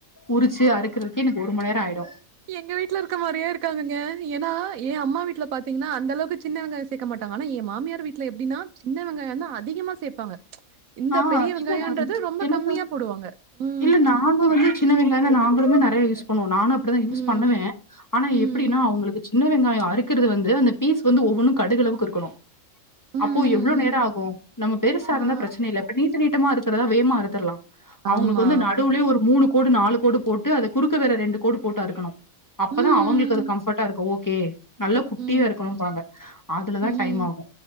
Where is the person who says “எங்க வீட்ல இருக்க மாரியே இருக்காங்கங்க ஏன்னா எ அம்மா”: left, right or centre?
Right